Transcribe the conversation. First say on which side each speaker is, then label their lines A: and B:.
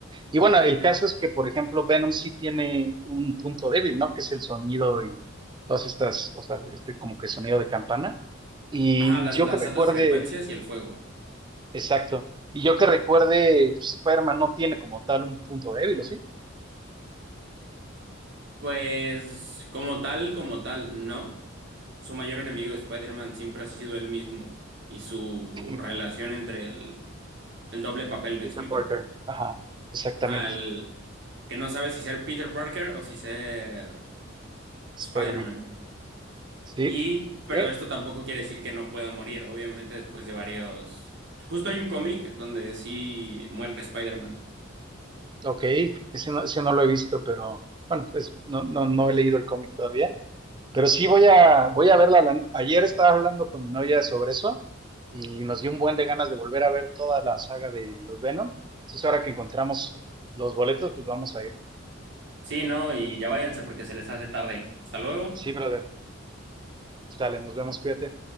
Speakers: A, on the right; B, on the right.
A: Y bueno, el caso es que, por ejemplo, Venom sí tiene un punto débil, ¿no? Que es el sonido y todas estas, o sea, este como que sonido de campana. Y
B: Ajá, las,
A: yo
B: las
A: que recuerde,
B: altas frecuencias y el fuego.
A: exacto. Y yo que recuerde, pues, Spider-Man no tiene como tal un punto débil, ¿o sí?
B: Pues, como tal, como tal, no. Su mayor enemigo de Spider-Man siempre ha sido él mismo y su
A: <laughs>
B: relación entre el, el doble papel, ¿me
A: Peter
B: explico?
A: Parker. Ajá, exactamente.
B: Ajá, el que no sabe si ser Peter Parker o si ser
A: Spider-Man.
B: Spider-Man.
A: Sí.
B: Y, pero
A: ¿Qué?
B: esto tampoco quiere decir que no pueda morir, obviamente después de varios... Justo hay un cómic donde sí muere Spider-Man.
A: Ok. Ese no, ese no lo he visto, pero bueno, pues no, no, no he leído el cómic todavía. Pero sí voy a, voy a verla. La- Ayer estaba hablando con mi novia sobre eso y nos dio un buen de ganas de volver a ver toda la saga de los Venom. Entonces ahora que encontramos los boletos, pues vamos a ir.
B: Sí, ¿no? Y ya váyanse porque se les hace tarde. Hasta luego.
A: Sí, brother. Sale, nos vemos, cuídate.